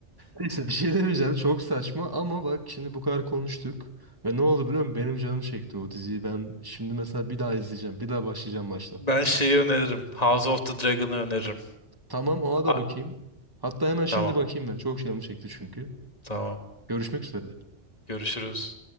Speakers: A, on the right (about 20°); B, on the left (about 30°).
A: Neyse bir şey demeyeceğim. Çok saçma ama bak şimdi bu kadar konuştuk. Ve ne oldu biliyor musun? Benim canım çekti o diziyi. Ben şimdi mesela bir daha izleyeceğim. Bir daha başlayacağım baştan.
B: ben şeyi öneririm. House of the Dragon'ı öneririm.
A: Tamam ona da
B: A-
A: bakayım. Hatta hemen şimdi
B: tamam
A: bakayım ben. Çok canım çekti çünkü.
B: tamam
A: Görüşmek üzere.
B: görüşürüz.